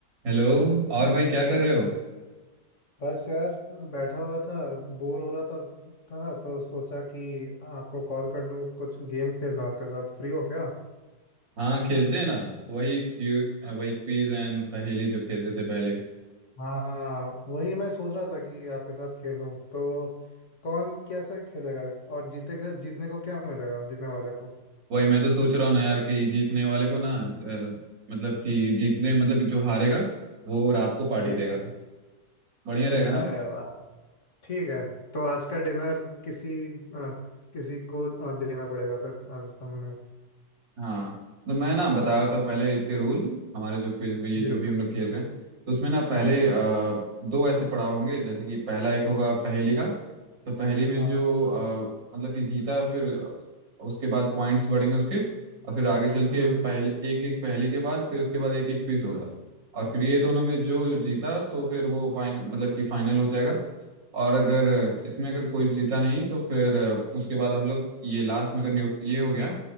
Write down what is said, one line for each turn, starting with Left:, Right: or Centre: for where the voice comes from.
Right: Hello और भाई क्या कर रहे हो
Left: बस यार बैठा हुआ था बोर हो रहा था था तो सोचा कि आपको कॉल कर लूँ कुछ गेम खेल लूँ आपके साथ फ्री हो क्या
Right: हाँ खेलते हैं ना वही क्यू वही क्विज एंड पहेली जो खेलते थे पहले
Left: हाँ वही मैं सोच रहा था कि आपके साथ खेलूँ तो कौन कैसे खेलेगा और जीतेगा जीतने को क्या मिलेगा जीतने वाले को
Right: वही मैं तो सोच रहा हूँ ना यार कि जीतने वाले को ना अ, मतलब कि जीतने मतलब जो हारेगा वो रात को पार्टी
Left: जी
Right: देगा बढ़िया रहेगा
Left: अरे वाह ठीक है तो आज का डिनर किसी अ, किसी को अ, देना पड़ेगा फिर आज हमने
Right: हाँ तो मैं ना बताया था पहले इसके रूल हमारे जो क्विज ये
Left: जी
Right: जो भी हम लोग खेल रहे हैं तो उसमें ना पहले
Left: जी
Right: अ, दो ऐसे पड़ाव होंगे जैसे कि पहला एक होगा पहेली का तो पहेली में
Left: हाँ
Right: जो अ, मतलब कि जीता फिर उसके बाद पॉइंट्स बढ़ेंगे उसके और फिर आगे चल
Left: हम्म
Right: के पहले एक एक पहेली के बाद फिर उसके बाद एक एक क्विज होगा और फिर ये दोनों में जो जीता तो फिर वो फाइनल मतलब कि फाइनल हो जाएगा और अगर इसमें अगर कोई जीता नहीं तो फिर अ, उसके बाद हम लोग ये लास्ट में अगर न्यू- ये हो गया